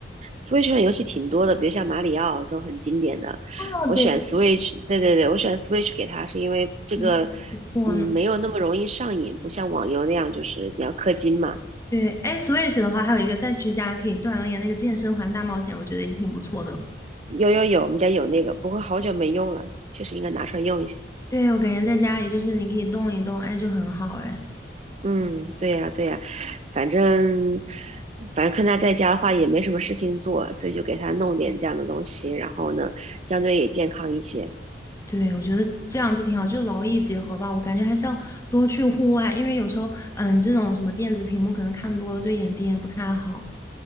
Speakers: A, on the right (about 40°); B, on the left (about 20°).
A: Switch 上游戏挺多的，比如像马里奥这种很经典的。
B: 哦，
A: 我选
B: 对，
A: Switch，对对对，我选 Switch 给它是因为这个，
B: 对不错呢。
A: 嗯，没有那么容易上瘾，不像网游那样就是你要氪金嘛。
B: 对，哎，Switch 的话，还有一个在居家可以锻炼那个健身环大冒险，我觉得也挺不错的。
A: 有有有，我们家有那个，不过好久没用了，确实应该拿出来用一下。
B: 对，我感觉在家里就是你可以动一动，哎，就很好，哎。
A: 嗯，对呀对呀，反正反正看他在家的话也没什么事情做，所以就给他弄点这样的东西，然后呢，相对也健康一些。
B: 对，我觉得这样就挺好，就劳逸结合吧。我感觉还是要多去户外，因为有时候，嗯，这种什么电子屏幕可能看多了对眼睛也不太好。